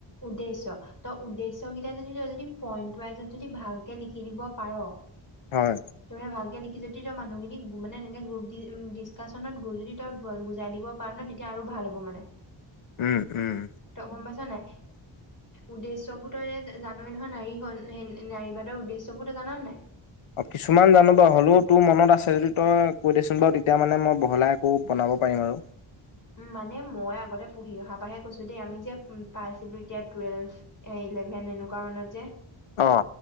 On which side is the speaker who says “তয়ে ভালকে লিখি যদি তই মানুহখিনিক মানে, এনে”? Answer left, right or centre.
Left